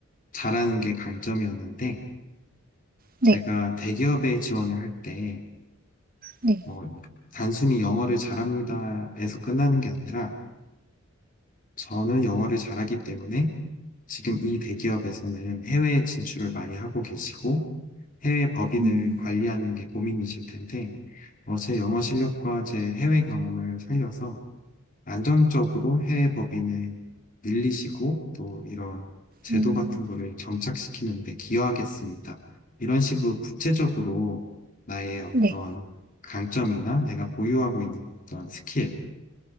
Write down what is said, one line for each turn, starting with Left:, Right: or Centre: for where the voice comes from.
Left: 잘하는 게 강점이었는데,
Right: 네,
Left: 제가 대기업에 지원을 할 때,
Right: 네,
Left: 어, 단순히 영어를 잘합니다에서 끝나는 게 아니라, 저는 영어를 잘하기 때문에 지금 이 대기업에서는 해외에 진출을 많이 하고 계시고, 해외 법인을
Right: 음,
Left: 관리하는 게 고민이실 텐데, 어, 제 영어 실력과 제 해외 경험을 살려서 안정적으로 해외 법인을 늘리시고, 또 이런 제도
Right: 음,
Left: 같은 거를 정착시키는 데 기여하겠습니다. 이런 식으로 구체적으로 나의 어떤
Right: 네.
Left: 강점이나 내가 보유하고 있는 어떤 스킬을